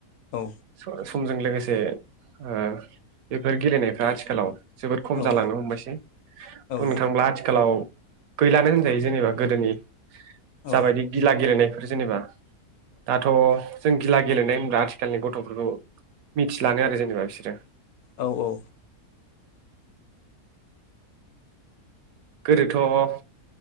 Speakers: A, on the left; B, on the right.
A: औ
B: सर समजों लोगोसे ओ बेफोर गेलेनायफ्रा आथिखालाव जोबोद खम
A: औ
B: जालांनो हमबायसै
A: औ
B: बुंनो थांब्ला आथिखालाव गैलानो होनजायो जेनेबा गोदोनि
A: औ
B: जाबायदि गिला गेलेनायफोर जेनेबा दाथ' जों गिला गेलेनाय होनब्ला आथिखालनि गथ'फोरखौ मिथिलानो आरो जेनेबा बिसोरो
A: औ औ
B: गोदोथ'